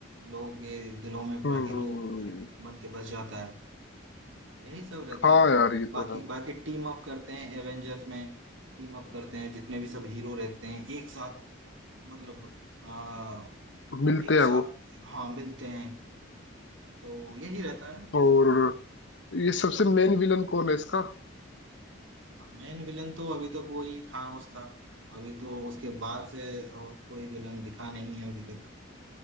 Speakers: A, on the right; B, on the left.
A: लोगों के दिलों में पूरा
B: हम्म
A: हीरो
B: हम्म, हम्म।
A: बन के बस जाता है यही सब रहता
B: हाँ
A: है
B: यार ये
A: बाकी
B: तो है
A: बाकी टीम अप करते हैं एवेंजर्स में टीम अप करते हैं जितने भी सब हीरो रहते हैं एक साथ मतलब आ,
B: मिलते
A: एक साथ
B: हैं वो
A: हाँ मिलते हैं तो यही रहता है
B: और
A: सब
B: ये सबसे मेन विलन कौन है इसका
A: मेन विलन तो अभी तक वही थानोस था अभी तो उसके बाद से और कोई विलन दिखा नहीं है अभी तक